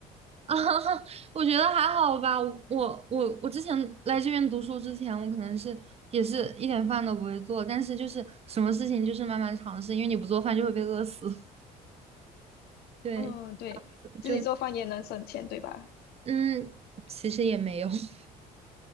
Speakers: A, on the right (about 35°); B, on the left (about 70°).
A: 啊，<laughs> 我觉得还好吧。我我我我之前来这边读书之前，我可能是也是一点饭都不会做，但是就是什么事情就是慢慢尝试，因为你不做饭就会被饿死。<laughs>
B: <laughs>
A: 对，
B: 嗯，对，自己做饭也能省钱，
A: 就
B: 对吧？
A: 嗯，其实也没有，其